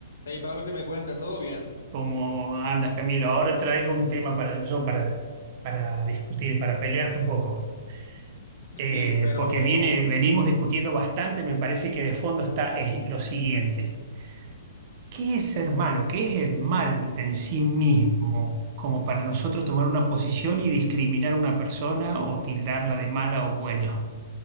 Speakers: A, on the left; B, on the right.
A: Hey Pablo, ¿qué me cuentas? ¿Todo bien?
B: ¿Cómo andas, Camilo? Ahora traigo un tema para yo para, para discutir, para pelearte un poco. Eh,
A: Sí, pero
B: porque viene, venimos discutiendo bastante, me parece que de fondo está eh, lo siguiente. ¿Qué es ser malo? ¿Qué es el mal en sí mismo? Como para nosotros tomar una posición y discriminar a una persona o tildarla de mala o buena.